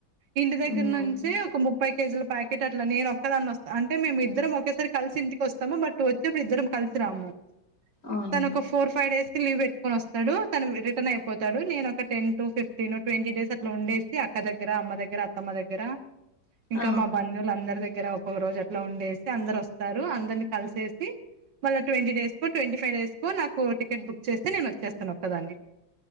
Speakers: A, on the right; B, on the left.
A: ఇంటి దగ్గర్నుంచి
B: ఉమ్
A: ఒక ముప్పై కేజీల ప్యాకెట్ అట్లా నేనోక్కదాన్ని వస్తా అంటే మేము ఇద్దరం ఒకేసారి కల్సి ఇంటికోస్తాము బట్ వచ్చేప్పుడు ఇద్దరం కల్సి రాము
B: అవును
A: తను ఒక ఫోర్ ఫైవ్ డేస్కి లీవ్ పెట్టుకొని వొస్తాడు తను టనైపోతాడు నేను ఒక ten to fifteen twenty days అట్లా ఉండేసి అక్క దగ్గర అమ్మ దగ్గర అత్తమ్మ దగ్గర ఇంకా
B: ఆ
A: మా బంధువులందరి దగ్గర ఒక రోజట్లా ఉండేసి అందరు ఒస్తారు అందర్ని కల్సేసి మళ్ళ ట్వంటీ డేస్కో ట్వంటీ ఫైవ్ డేస్కో నాకు టికెట్ బుక్ చేస్తె నేను వొచ్చేస్తానొక్క దాన్ని